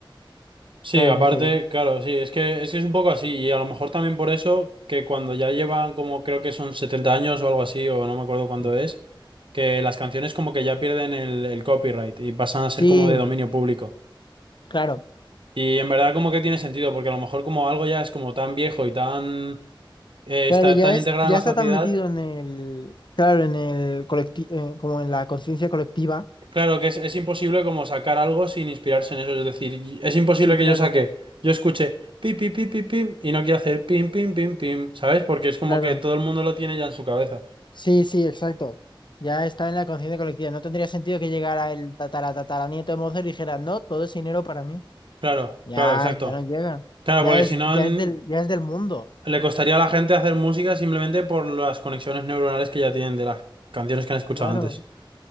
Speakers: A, on the right; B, on the left.
A: sí,
B: Claro,
A: aparte,
B: es que
A: claro, sí, es que es que es un poco así y a lo mejor también por eso que cuando ya llevan como creo que son 70 años o algo así o no me acuerdo cuándo
B: Sí.
A: es, que las canciones como que ya pierden el, el copyright y pasan a
B: sí,
A: ser como de dominio público.
B: claro.
A: Y en verdad como que tiene sentido porque a lo mejor como algo ya es como tan viejo y tan eh,
B: Claro,
A: está
B: ya
A: tan
B: es,
A: integrado
B: ya
A: en la
B: está
A: sociedad
B: tan metido en el, claro, en el colectivo, eh, como en la conciencia colectiva.
A: Claro que es, es imposible como sacar algo sin inspirarse en eso. Es decir, es imposible
B: Sí, claro,
A: que yo saque, yo escuche pim, pim, pim, pim, pim y no quiera hacer pim, pim, pim, pim, ¿sabes? Porque es como
B: claro.
A: que todo el mundo lo tiene ya en su cabeza.
B: Sí, sí, exacto. Ya está en la conciencia colectiva. No tendría sentido que llegara el tatara tataranieto de Mozart y dijera, no, todo ese dinero para mí.
A: Claro,
B: Ya,
A: claro, exacto.
B: ya no llega.
A: Claro,
B: Ya
A: porque
B: es,
A: si no
B: ya
A: en-
B: es del, ya es del mundo.
A: le costaría a la gente hacer música simplemente por las conexiones neuronales que ya tienen de las canciones que han escuchado
B: Claro.
A: antes.